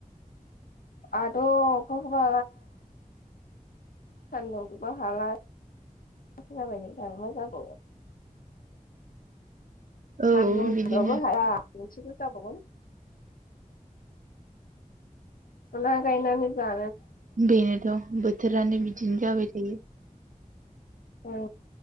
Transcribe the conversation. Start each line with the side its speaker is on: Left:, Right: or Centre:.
Left: आथ अखाखोबा सानदुं बिबा हाला जाबाय नोंथाङा मा जाबावमोन। <unintelligible>
Right: औ बिदिनो
Left: फुना गायनानै जा
Right: बेनोथ' बोथोरानो बिदिनो जाबाय थायो।
Left: औ।